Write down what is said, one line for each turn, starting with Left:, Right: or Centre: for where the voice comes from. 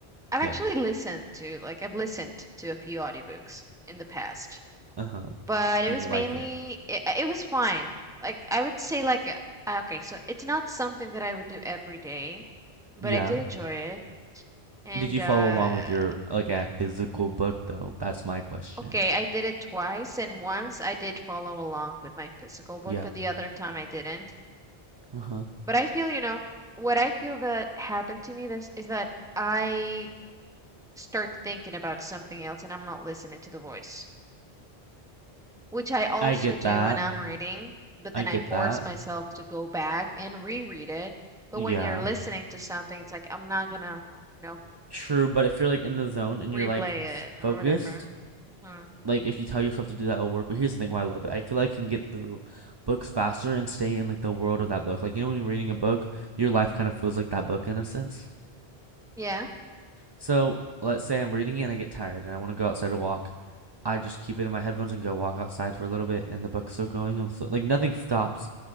Centre: I've
Right: yeah.
Centre: actually listened to like I've listened to a few audiobooks in the past,
Right: Uh huh.
Centre: but it
Right: Did
Centre: was
Right: you
Centre: mainly
Right: like it?
Centre: it, it was fine. Like I would say like uh, uh, okay, so it's not something that I would do every day, but
Right: Yeah.
Centre: I did enjoy it. And
Right: Did you
Centre: uh
Right: follow along with your like a physical book though? That's my question.
Centre: Okay, I did it twice, and once I did follow along with my physical book,
Right: Yeah.
Centre: but the other time I didn't.
Right: Uh huh.
Centre: But I feel, you know, what I feel that happened to me this is that I start thinking about something else and I'm not listening to the voice, which I also
Right: I get
Centre: do
Right: that.
Centre: when I'm reading, but then
Right: I get
Centre: I force
Right: that.
Centre: myself to go back and reread it. But
Right: Yeah.
Centre: when you're listening to something, it's like I'm not gonna, you know,
Right: True, but if you're like in the zone and
Centre: replay
Right: you're like
Centre: it
Right: f- focused,
Centre: or whatever. hmm
Right: like if you tell yourself to do that, it'll work. But here's the thing why I love it. I feel like I can get through books faster and stay in like the world of that book. Like you know when you're reading a book, your life kind of feels like that book in a sense.
Centre: Yeah.
Right: So let's say I'm reading it and I get tired and I want to go outside to walk. I just keep it in my headphones and go walk outside for a little bit, and the book's still going. I'm still, like nothing stops.